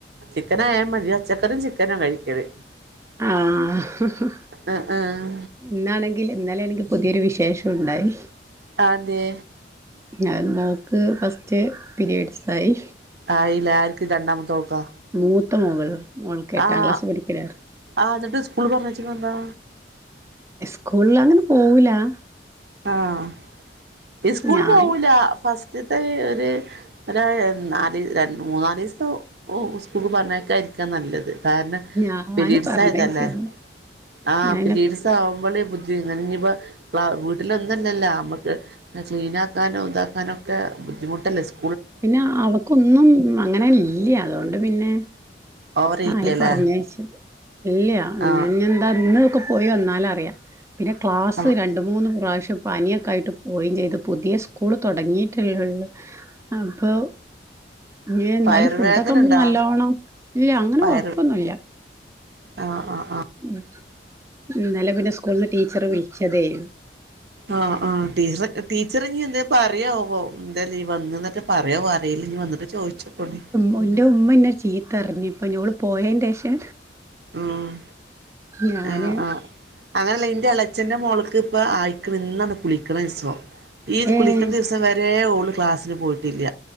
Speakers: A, on the right; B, on the right.
A: ചിക്കനായാ മതി. പച്ചക്കറിയും ചിക്കനാ കഴിക്കല്.
B: ആഹ്
A: ആഹ് ആഹ്
B: ഇന്നാണെങ്കില് ഇന്നലേണെങ്കി പുതിയൊരു വിശേഷോണ്ടായി.
A: ആന്തേ?
B: ഞാ മോക്ക് ഫസ്റ്റ് പീരീഡ്സായി.
A: ആയിലെ. ആര്ക്ക് രണ്ടാമത്തോക്കൊ?
B: മൂത്ത മകള്. മോൾക്ക് എട്ടാം
A: ആഹ്
B: ക്ലാസ് പഠിക്കണ
A: ആഹ് എന്ന്ട്ട് സ്കൂള്ള് പർഞ്ഞേച്ച്ക്ക്ണെന്താ?
B: സ്കൂൾലങ്ങനെ പോവൂലാ
A: ആഹ്. ഇസ്കൂള്ള്
B: ഞാൻ
A: പോവൂലാ. ഫസ്റ്റ്ത്തെ ഒര് ഒരായ നാല്, രണ്ട്, മൂന്നാലീസം ഓഹ് സ്കൂൾ പർഞ്ഞേക്കായിരിക്കാ നല്ലത്. കാരണം
B: ഞാന്
A: പിരീഡ്സായതല്ലെ.
B: പറഞ്ഞയച്ച്ക്ക്ണ്
A: ആഹ്
B: ഞാന്
A: പിരീഡ്സാവുമ്പള് ബുദ്ധി വര്നെ. ഞ്ഞിപ്പൊ വാ വീട്ടില് ന്നൊല്ലല്ലാ അമ്മക്ക് ക്ലീനാക്കാനും താക്കാനൊക്കെ ബുദ്ധിമുട്ടല്ലേ സ്
B: പിന്നെ അവക്കൊന്നും അങ്ങനെ ല്ല്യ അതോണ്ട് പിന്നെ
A: ഓവർ
B: ഞാന്
A: ചെയ്യല്ലേ
B: പറഞ്ഞയച്ചത് ഇല്ല്യ
A: ആഹ്
B: ഇന്ന്ഞ്യെന്താ ഇന്ന് ഒക്കെ പോയി വന്നാലറിയ പിന്നെ ക്ലാസ്സ്
A: അപ്പൊ
B: രണ്ട് മൂന്ന് പ്രാവിശ്യം പനിയൊക്കായിട്ട് പോയിം ചെയ്ത് പുതിയ സ്കൂള് തൊടങ്ങിയിട്ടല്ലെള്ള് അപ്പോ ഇ ന്നാലും
A: വയറുവേദന
B: ഫുഡോക്കെ
A: ഇണ്ടാ
B: നല്ലോണം ഇല്ലഅങ്ങനെ
A: വയറ്
B: കൊഴപ്പൊന്നുയില്ല
A: ആഹ് ആ ആ
B: മ്മ് ഇന്നലെ പിന്നെ സ്കൂൾന്ന് ടീച്ചറ് വിളിച്ചതേ
A: ആഹ് ആഹ് ടീച്ചർ ടീച്ചറിനിയെന്തേ പറിയാവോ എന്താലീ വന്ന്ന്നെറ്റെ പറ്യോ ന്നറീല ന്നി വന്നിട്ട് ചോയ്ചോക്കോണ്ടി
B: ഓൻ്റുമ്മ ന്നെ ചീത്തർഞ്ഞ് പ്പഞ്ഞ് ഓള് പോയേന്റേഷാ
A: ആഹ്
B: ഞാന്
A: ആ ആ അങ്ങനല്ല ന്റെ എളച്ചന്റെ മോൾക്ക്പ്പൊ ആയിക്ക്ണ് ഇന്നാണ് കുളിക്ക്ണസം. ഈ ത്
B: ഏഹ്
A: കുളിക്കുന്ന ദിവസം വരെ ഓള് ക്ലാസ്സിന് പോയിട്ടില്ല്യ.